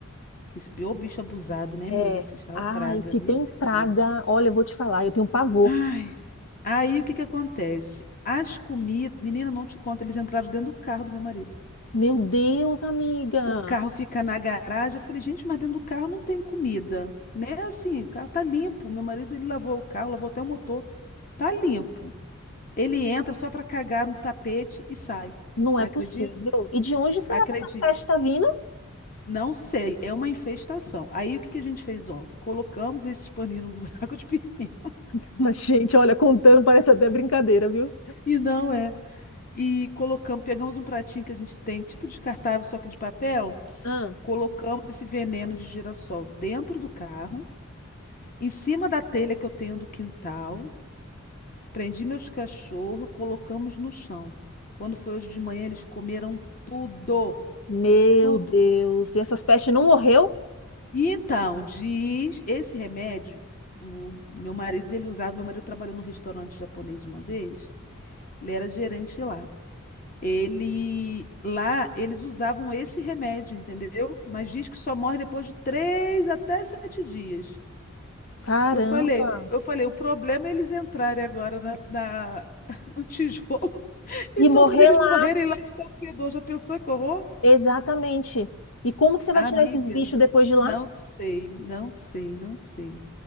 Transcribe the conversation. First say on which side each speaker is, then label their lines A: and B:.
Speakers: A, on the left; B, on the left.
A: Que Esse ô bicho abusado, né,
B: É.
A: menina? Esse Israel
B: Ai,
A: Praga,
B: se
A: misericórdia.
B: tem praga, olha, eu vou te falar, eu tenho pavor.
A: Ai. Aí o que que acontece? As comidas. Menina, não te conta, eles entraram dentro do carro do meu marido.
B: Meu Deus, amiga,
A: O carro fica na garagem. Eu falei, gente, mas dentro do carro não tem comida. Né? Assim, o carro tá limpo. Meu marido, ele lavou o carro, lavou até o motor. Tá limpo. Ele entra só pra cagar no tapete e sai.
B: não
A: Acredita?
B: é possível. E de onde será
A: Acredite.
B: que essa peste está vindo?
A: Não sei, é uma infestação. Aí o que que a gente fez ontem? Colocamos esse paninho no <laughs> buraco de pimenta.
B: <laughs> Mas, gente, olha, contando parece até brincadeira, viu?
A: E não é. e colocamos, pegamos um pratinho que a gente tem, tipo descartável, só que de papel,
B: Ah,
A: colocamos esse veneno de girassol dentro do carro, em cima da telha que eu tenho do quintal, prendi meus cachorros, colocamos no chão. Quando foi hoje de manhã, eles comeram tudo,
B: Meu
A: tudo.
B: Deus, e essas pestes não morreu?
A: E então, diz, esse remédio, o o meu marido, ele usava, meu marido trabalhou num restaurante japonês uma vez, ele era gerente lá. Ele lá eles usavam esse remédio, entendeu? Mas diz que só morre depois de três até sete dias.
B: Caramba.
A: Eu falei, eu falei, o problema é eles entrarem agora na, na- <laughs> no tijolo <laughs> e
B: E
A: todos
B: morrer
A: eles
B: lá,
A: morrerem lá e ficar fedor. Já pensou que horror?
B: exatamente. E como que você vai
A: Amiga,
B: tirar esses bichos depois de lá?
A: não sei, não sei, não sei.